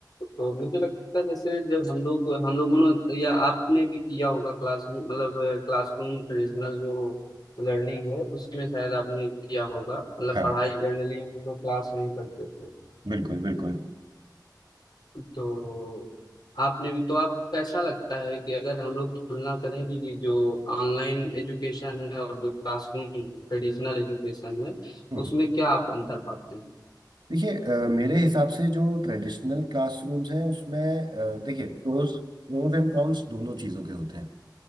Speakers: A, on the left; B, on the right.
A: तो मुझे लगता है जैसे जब हम लोग हम लोगों ने या आपने भी किया होगा क्लास में मतलब क्लासरूम ट्रेडिशनल जो लर्निंग है उसमें शायद आपने किया होगा मतलब
B: हाँ
A: पढ़ाई जनरली हम लोग क्लास में ही करते थे
B: बिल्कुल बिल्कुल
A: तो आपने भी तो आप कैसा लगता है कि अगर हम लोग तुलना करें कि ये जो ऑनलाइन एजुकेशन है और जो क्लासरूम ट्रेडिशनल एजुकेशन है
B: हम्म
A: उसमें
B: हम्म।
A: क्या आप अंतर पाते हैं
B: देखिए अ, मेरे हिसाब से जो ट्रेडिशनल क्लासरूम्स हैं उसमें अ, देखिए प्रोज प्रोज एंड कॉन्स दोनों चीज़ों के होते हैं